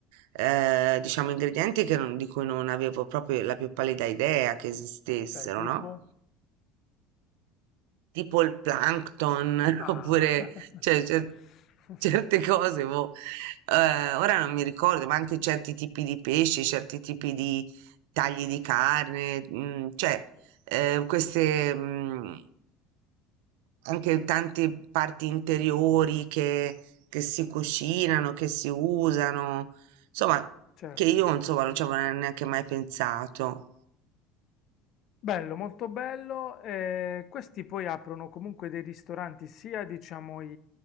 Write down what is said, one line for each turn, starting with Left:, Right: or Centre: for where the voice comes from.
Right: eh, diciamo, ingredienti che non- di cui non avevo proprio la più pallida idea che esistessero,
Left: cioè tipo...
Right: no? Tipo il plankton, <laughs>
Left: Ah,
Right: oppure cioè, cer-
Left: <laughs>
Right: certe cose, boh. Eh, ora non mi ricordo, ma anche certi tipi di pesci, certi tipi di tagli di carne, mm, cioè eh, queste mm, anche tante parti interiori che, che si cucinano, che si usano, insomma,
Left: certo.
Right: che io insomma non ci avevo neanche mai pensato.
Left: Bello, molto bello. eh, questi poi aprono comunque dei ristoranti, sia diciamo i,